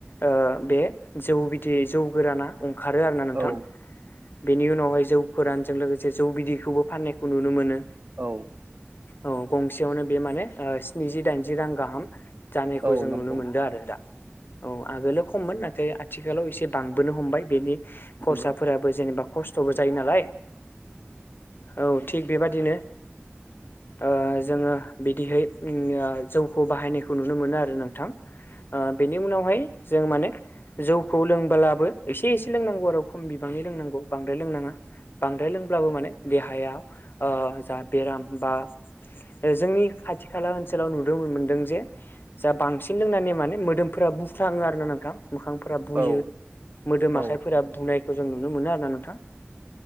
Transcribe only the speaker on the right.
औ
औ।
औ
नंगौ
नंगौ
औ
औ
औ